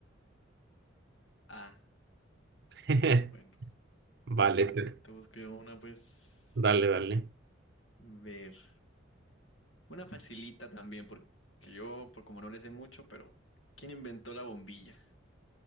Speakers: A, on the left; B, on the right.
A: Ah,
B: <laughs>
A: bueno,
B: Vale,
A: a ver, ahora
B: te-
A: te, te busco yo una, pues,
B: dale, dale.
A: ver. Una facilita también, porque yo, por como no le sé mucho, pero ¿quién inventó la bombilla?